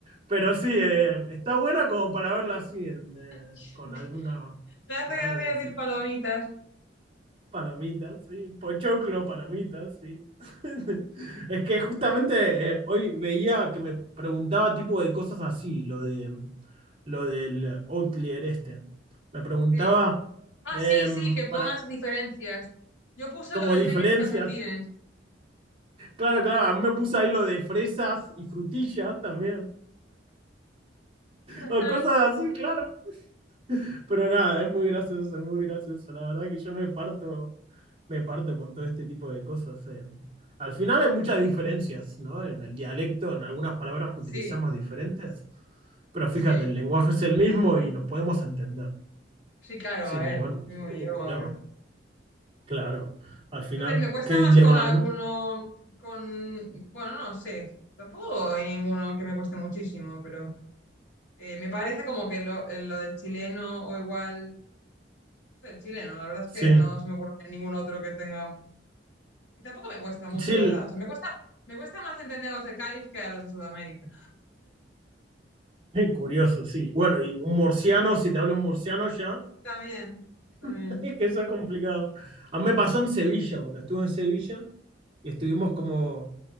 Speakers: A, on the right; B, on the left.
A: Pero sí, eh, está buena como para verla así, en, eh,
B: <laughs>
A: con alguna,
B: Te hace
A: con
B: gracia
A: alguien así.
B: decir palomitas.
A: Palomitas, sí. Pochoclo, palomitas, sí. <laughs> Es que justamente eh, hoy veía que me preguntaba tipo de cosas así, lo de lo del Outlier este. Me preguntaba
B: Sí. Ah,
A: em,
B: sí, sí, que pongas
A: para
B: diferencias. Yo puse
A: como
B: lo de
A: diferencias.
B: medias y calcetines.
A: Claro, claro, a mí me puse ahí lo de fresas y frutillas también.
B: <laughs>
A: O cosas así, claro. <laughs> Pero nada, es muy gracioso, es muy gracioso. La verdad que yo me parto, me parto con todo este tipo de cosas. eh. Al final hay muchas diferencias, ¿no? En el dialecto, en algunas palabras que
B: Sí,
A: utilizamos diferentes, pero
B: sí,
A: fíjate, el lenguaje es el mismo y nos podemos entender
B: sí, claro,
A: sin
B: a ver,
A: ningún,
B: mismo
A: sin
B: idioma,
A: ningún problema.
B: a ver.
A: Claro, al final,
B: A ver, me cuesta
A: qué dilema
B: más con alguno,
A: hay, ¿no?
B: con, bueno, no sé, tampoco hay ninguno que me cueste muchísimo, pero eh, me parece como que lo, eh, lo del chileno o igual, el chileno, la verdad es
A: Sí,
B: que no se me ocurre ningún otro que tenga, y tampoco me cuesta mucho,
A: sí,
B: la
A: el-
B: verdad, o sea, me cuesta, me cuesta más entender a los de Cádiz que a los de Sudamérica.
A: <laughs> curioso, sí. Bueno, y un murciano, si te hablo un murciano ya,
B: También, también.
A: <laughs> es que eso es complicado. A mí me pasó en Sevilla, cuando estuve en Sevilla. y estuvimos como,